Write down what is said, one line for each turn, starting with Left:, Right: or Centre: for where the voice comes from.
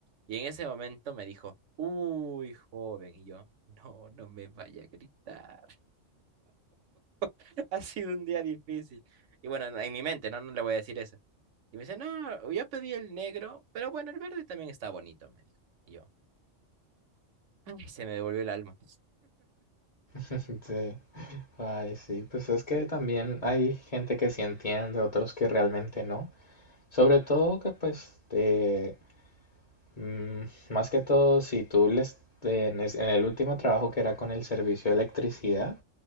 Right: Y en ese momento me dijo, uy, joven. Y yo, no, no me vaya a gritar. <laughs> Ha sido un día difícil. Y bueno, en en mi mente, no, no le voy a decir eso. Y me dice, no, yo pedí el negro, pero bueno, el verde también está bonito, me dijo. Y yo, ay, se me devolvió el alma.
Left: Sí. Ay, sí, pues es que también hay gente que sí entiende, otros que realmente no. Sobre todo que pues eh, mm, más que todo si tú les en es- en el último trabajo que era con el servicio de electricidad